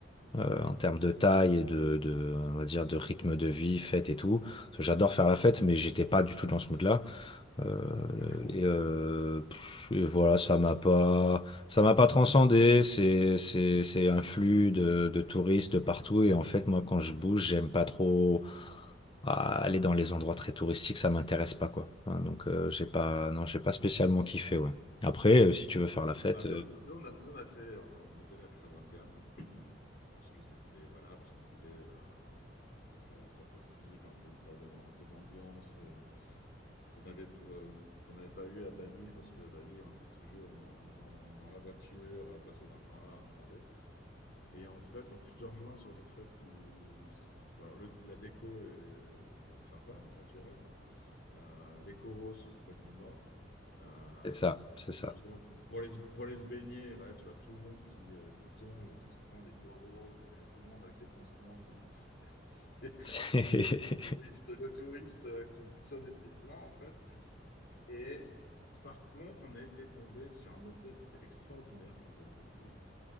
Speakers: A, on the left; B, on the left.
A: euh,
B: oui,
A: en termes de taille et de, de, on va dire, de rythme de vie, fête et tout. Parce que j'adore faire la fête, mais j'étais pas du tout dans ce mood-là. Euh,
B: d'accord.
A: et, euh, pff, et voilà, ça m'a pas, ça m'a pas transcendé. C'est, c'est, c'est un flux de, de touristes de partout. Et en fait, moi, quand
B: Ouais.
A: je bouge, j'aime pas trop ah, aller dans les endroits très touristiques. Ça m'intéresse pas, quoi. Hein, donc, euh, j'ai pas, non, j'ai pas spécialement kiffé, ouais. Après, euh, si tu veux faire la fête,
B: Bah, nous,
A: euh,
B: nous, nous, on a, nous, on a fait, on est allé à Travangan, parce que c'était, voilà, parce qu'on disait, euh, on peut faire la fête aussi, enfin, c'était histoire d'avoir un peu d'ambiance, euh, qu'on avait, euh, qu'on n'avait pas eu à Bali, parce que à Bali, on était toujours dans, dans, dans la voiture, à passer d'un point A à un point B. Et en fait, donc je te rejoins sur le fait où alors le- la déco est, est sympa, naturelle. Euh, les coraux sont complètement morts. Euh,
A: c'est ça, c'est ça.
B: et justement, pour les, pour les se baigner, voilà, tu vois tout le monde qui, euh, qui tombe et qui se prend des coraux. Donc, il y a tout le monde avec des pansements. euh, <laughs> c'est
A: <laughs>
B: c'est un peu tu vois, le touriste, le touriste euh, qui, qui s'en est pris plein, en fait. Et par contre, on a été tombé sur un hôtel qui était extraordinaire, qui était au bout de l'île